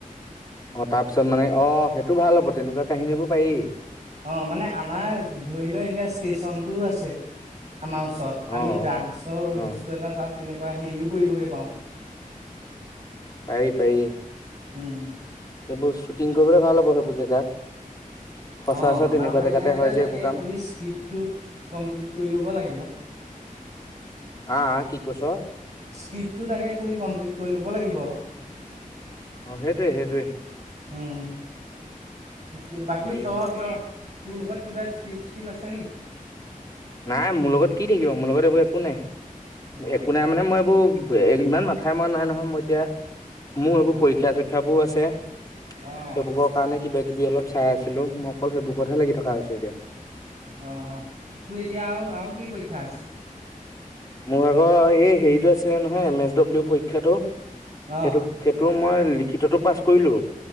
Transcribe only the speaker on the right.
অঁ, মানে আমাৰ ধৰি ল' এতিয়া ষ্টেশচনটোও আছে আমাৰ ওচৰত।
আমি ড্ৰাগছৰ
বস্তু এটা তাত এনেকুৱা হেৰিও কৰিবগে পাওঁ।
হম।
অঁ বনাব
পাৰিলে
সেইটোৱে
তাকে
খালী স্ক্ৰিপ্টটো কমপ্লিট কৰি ল'ব লাগিব।
স্ক্ৰিপ্টটো তাকে খালী কমপ্লিট কৰি ল'ব লাগিব
হম ঠিক বাকী
ত ত তোৰ লগত কিবা স্কিপ প্ক্ৰিপ আছে নেকি
অঁ
অঁ
অঁ
অ অ তোৰ এতিয়া আৰু আৰু কি পৰীক্ষা আছে
অঁ